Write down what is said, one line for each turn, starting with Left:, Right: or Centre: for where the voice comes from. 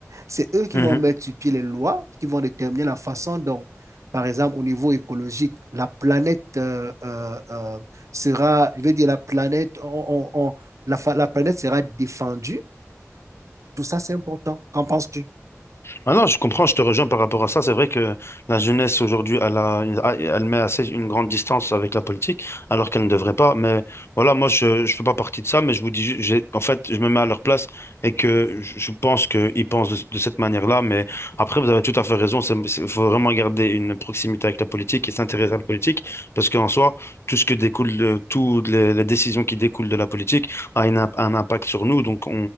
Right: C'est eux qui
Left: Mhm.
Right: vont mettre sur pied les lois, qui vont déterminer la façon dont, par exemple, au niveau écologique, la planète euh, euh, euh, sera, je veux dire, la planète, on, on- on- la, la planète sera défendue. Tout ça, c'est important. Qu'en penses-tu?
Left: Ah non, je comprends, je te rejoins par rapport à ça. C'est vrai que la jeunesse aujourd'hui, elle a, une- a- elle met assez une grande distance avec la politique, alors qu'elle ne devrait pas. Mais voilà, moi, je ne fais pas partie de ça, mais je vous dis, ju- j'ai, en fait, je me mets à leur place et que je je pense qu'ils pensent de, de cette manière-là. Mais après, vous avez tout à fait raison. Il faut vraiment garder une proximité avec la politique et s'intéresser à la politique, parce qu'en soi, tout ce que découle, de- toutes les, les décisions qui découlent de la politique a une imp- un impact sur nous. Donc,